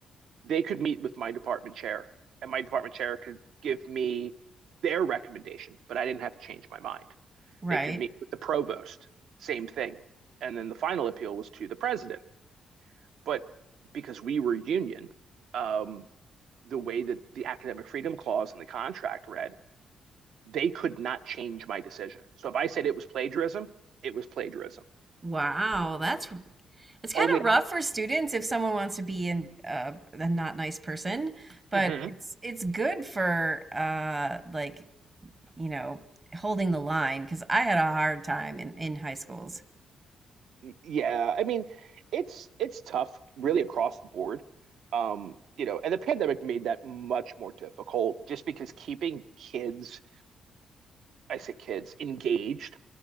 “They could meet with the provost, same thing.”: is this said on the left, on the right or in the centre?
Right